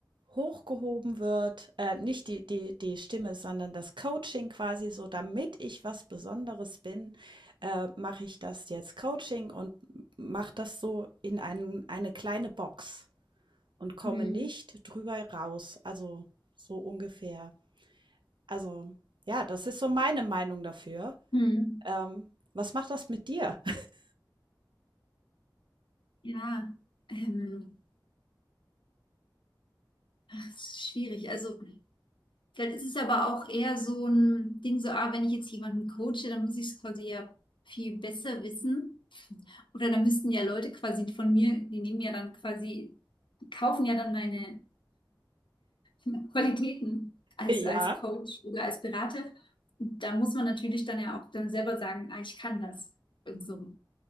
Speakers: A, on the right; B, on the left.
A: hochgehoben wird, äh, nicht die die die Stimme, sondern das Coaching quasi so, damit ich was Besonderes bin, äh, mache ich das jetzt Coaching und mache das so in einen eine kleine Box und komme
B: mm, mm,
A: nicht drüber raus, also so ungefähr. Also, ja, das ist so meine Meinung dafür.
B: mm.
A: Ähm, was macht das mit dir? <laughs>
B: Ja, ähm, ach, es ist schwierig. Also Vielleicht ist es aber auch eher so ein Ding, so, ah, wenn ich jetzt jemanden coache, dann muss ich es quasi ja viel besser wissen. Oder dann müssten ja Leute quasi von mir, die nehmen ja dann quasi, die kaufen ja dann meine <laughs> Qualitäten als,
A: Ja,
B: als Coach oder als Berater. Und Da muss man natürlich dann ja auch dann selber sagen, ah, ich kann das. Und so.